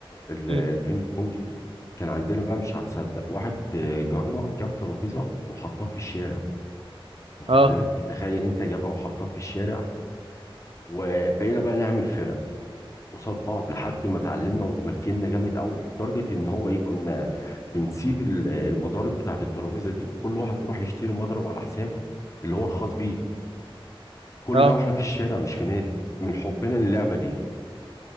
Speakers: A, on the left; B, on the right.
A: ال-
B: مم.
A: البينج بونج دي كان عندنا بقى مش هتصدق واحد آه، جارنا جاب ترابيزة وحطها في الشارع واخد
B: اه
A: بالك تخيل انت جابها وحطها في الشارع وبقينا بقى نعمل فرق قصاد بعض لحد ما اتعلمنا وتمكنا جامد قوي لدرجه ان هو ايه كنا بنسيب ال- المضارب بتاعه الترابيزه دي وكل واحد بيروح يشتري مضرب على حسابه اللي هو الخاص بيه كل
B: اه
A: ده واحنا في الشارع مش في نادي من حبنا للعبه دي